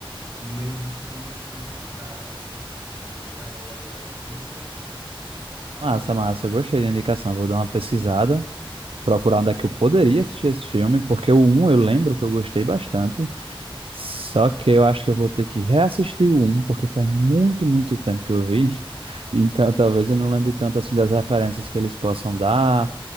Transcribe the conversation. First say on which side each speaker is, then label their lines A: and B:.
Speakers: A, on the right; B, on the right.
A: no meio disso tudo surge esse cara aí como um herói. É, é bem interessante.
B: massa, massa. Eu gostei da indicação. Vou dar uma pesquisada. procurar onde é que eu poderia assistir esse filme, porque o um eu lembro que eu gostei bastante, só que eu acho que eu vou ter que reassistir o um porque faz muito, muito tempo que eu vi, <laughs> então talvez eu não lembre tanto assim das referências que eles possam dar,